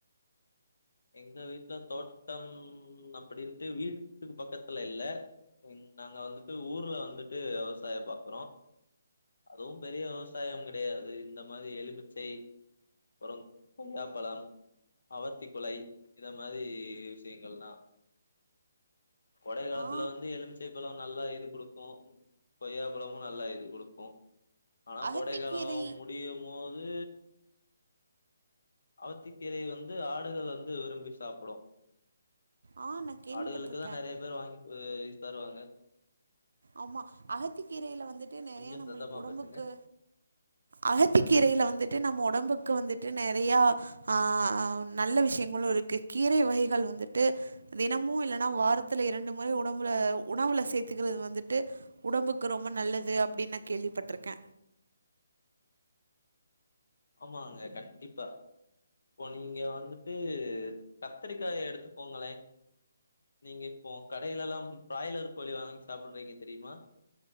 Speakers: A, on the left (about 75°); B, on the right (about 60°).
A: எங்க வீட்டுல தோட்டம் அப்டின்ட்டு வீட்டுக்கு பக்கத்துல இல்ல ம் நாங்க வந்துட்டு ஊர்ல வந்துட்டு வெவசாய பாக்குறோ அதுவும் பெரிய விவசாயம் கெடையாது இந்த மாரி எலுமிச்சை பழ கொய்யாப்பழம் அவத்தி குளை இந்த மாரி விஷ்யங்கள்லா கொடை காலத்துல
B: ஆ
A: வந்து எலுமிச்சைப்பழ நல்லா இது குடுக்கு கொய்யா பழமு நல்லா இது குடுக்கு ஆனா
B: அகத்திக்கீரை
A: கோடைக்கால முடி முடியுமோது அவத்தி கீரைல வந்து ஆட் டுகள் வந்து விரும்பி சாப்புடு
B: ஆ நான் கேள்விப்பட்டிருக்கேன்.
A: ஆடுகளுக்கு தா நெறைய பேர் வாங்கி அ இத தருவாங்க
B: ஆமா அகத்தி கீரைல வந்துட்டு நெறைய
A: கொஞ்சோ
B: நம்மளுக்கு
A: சத்தமா
B: உடம்புக்கு
A: பேசுங்க
B: அகத்தி கீரைல வந்துட்டு நம்ம ஒடம்புக்கு வந்துட்டு நெறையா ஆ ஆ நல்ல விஷ்யங்களு இருக்கு கீரை வகைகள் வந்துட்டு தினமு இல்லனா வாரத்துல இரண்டு முறை உடம்புல உணவுல சேத்துக்கிறது வந்துட் டு உடம்புக்கு ரொம்ப நல்லது அப்டின் நா கேள்விப்பட்ருக்கே
A: ஆமாங்க கண்டிப்பா இப்ப நீங்க வந்துட்டு கத்திரிக்காய எடுத்துக்கோங்களே நீங்க இப்போ கடைலலாம் பிராய்லர் கோழி வாங்கி சாப்பிட்றீங்க தெரியுமா